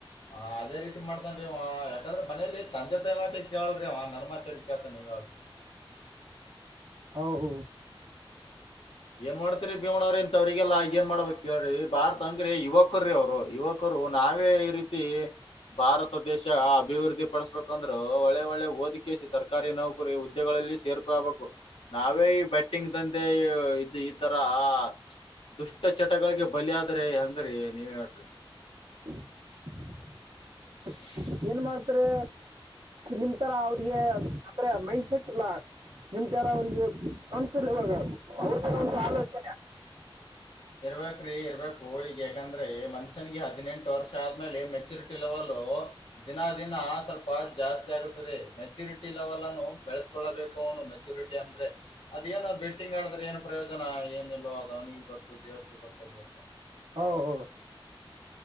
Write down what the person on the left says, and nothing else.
ಹ ಅದೇ ರೀತಿ ಮಾಡ್ತನ್ಿ ಯಾಕಂದ್ರೆ ಮನೇಲಿ ತಂದೆ ಳ್್ರ ನನ್ನ ಮಾ ತೊರಿಕಂತ ನೀಳ್
ಏನ್ ಮಾಡ್ತರಿ ಭೀಮಣ ಅವ್ರ ಇಂತವ್ರರಿಗೆಲ್ಲ ಏನ್ ಮಾಡ್ಬೇಕಕ್ ಕೇಳ್ರಿ ಭಾರ್ತ್ ಅಂಗ ಅಂದ್ರೆ ಯುವಕ ರೀ ಅವರು ಯುವಕರು ನಾವೇ ಈ ರೀತಿ ಭಾರತ ದೇಶ ಅಭಿವೃದ್ಧಿ ಪಡಿಸಬೇಕಂದ್ರು ಒಳ್ಳೆ ಒಳ್ಳೆ ಓದಿಕಿಸಿ ಸರ್ಕಾರಿ ನೌಕರಿ ಉದ್ಯೋಗ ಸೇರ್ಕೋಬೇಕು ನಾವೇ ಈ ಬಟ್ಟಿಂಗ್ ದಂದೆ ಇದು ಈ ತರ ಆ ದುಷ್ಟ ಚಟಗಳಿಗೆ ಬಲಿಯಾದ್ರೆ ಹಂಗ್ರರಿ ನೀವ್ ಹೇಳ್ರಿ
ಇವುಗಳಲ್ಲಿ ಸೇರಿಕೊಬೇಕು ನಾವೇ ಈ ಬೆಟ್ಟಿಂಗ್ ದಂದೇಲೀ
ಇರ್ಬೇಕ್ರಿ ಇರ್ಬೇಕು ಈಗ ಯಾಕಂದ್ರೆ ಮನ್ಸ ಹದಿನೆಂಟು ವರ್ಷ ಆದ್ಮೇಲೆ ಮೆಚ್ಯೂರಿಟಿ ಲೆವೆಲ್ ದಿನ ದಿನ ಸ್ವಲ್ಪ ಜಾಸ್ತಿ ಆಗುತ್ತೆ ಮೆಚುರಿಟಿ ಲೆವೆಲ್ ಅನ್ನು ಬೆಳೆಸ್ಕೊಳ್ಳಬೇಕು ಅವನು ಮೆಚುರಿಟಿ ಅಂದ್ರೆ ಅದೇನ ಬೆಟ್ಟಿಂಗ್ ಆಡಿದ್ರೆ ಏನ್ ಪ್ರಯೋಜನ ಏನಲ್ಲೋ ಅದ ಅವನಿಿಗೆ ಗೊತ್ತು ದೇವ್ರಿಗೆ ಗೊತ್ತಾರ ಅಪ್ಪ